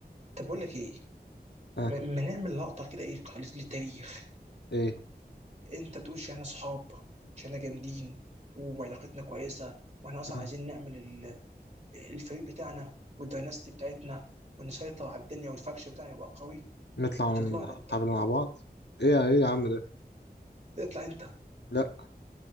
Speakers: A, on the right; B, on the left.
A: طب بقول لك ايه
B: آه
A: ما ما نعمل لقطه كده ايه قليل للتاريخ
B: إيه
A: انت تقول عشان احنا صحاب عشان احنا جامدين وعلاقتنا كويسه واحنا اصلا
B: مم.
A: عايزين نعمل ال- الفريق بتاعنا والدايناستي بتاعتنا ونسيطر على الدنيا والفاكشن بتاعنا يبقى قوي
B: نطلع
A: وتطلع
B: من
A: لي
B: الحفلة
A: انت
B: مع بعض إيه إيه يا عم ده
A: اطلع انت
B: لأ